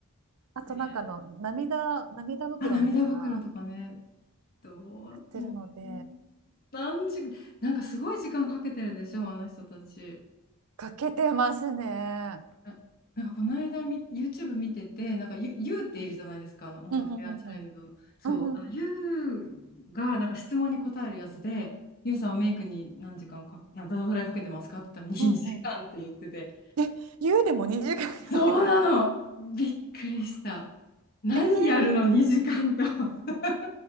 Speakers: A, on the right; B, on the left.
A: あとなんかあの涙涙袋みたいな
B: えーあ、涙袋とかね。どう、
A: やってるので
B: もうもう何時、なんかすごい時間かけてるでしょ、あの人たち。
A: かけてますね。
B: ななんかこの間み YouTube 見てて、なんかユ、ユーっているじゃないですか、
A: うん
B: あの元フェアチャイルドの。
A: うんうんうんうん
B: そう、
A: うんうん
B: あのユーがなんか質問に答えるやつで、ユーさんはメイクに何時間か、などのぐらいかけてますかって言ったら2時間って言ってて、
A: うんうん。え、湯でも2時間かけてる。
B: そうなの、びっくりした。何やるの、
A: えー、
B: 2時間と。<laughs>